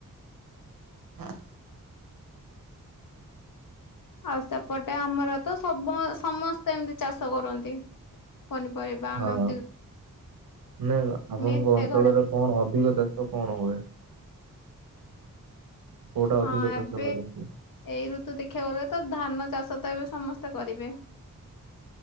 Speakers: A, on the right (about 75°); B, on the left (about 70°).
A: ହଁ <inaudible>
B: ଆଉ ସେପଟେ ଆମର ତ ସବ ସମସ୍ତେ ଏମିତି ଚାଷ କରନ୍ତି। ପନିପରିବା ଆମେ
A: ହଁ।
B: ଏମିତି
A: ନ ଆପଣଙ୍କ
B: ମିଶେ
A: ଅଞ୍ଚଳରେ
B: ଘରେ
A: କଣ ଅଧିକ ଚାଷ କଣ ହୁଏ? କୋଉଟା ଅଧିକ
B: ହଁ
A: ଚାଷ
B: ଏବେ
A: କରନ୍ତି?
B: ଏଇ ଋତୁ୍ ଦେଖିବାକୂ ଗଲେ ତ ଧାନ ଚାଷ ତ ଏବେ ସମସ୍ତେ କରିବେ।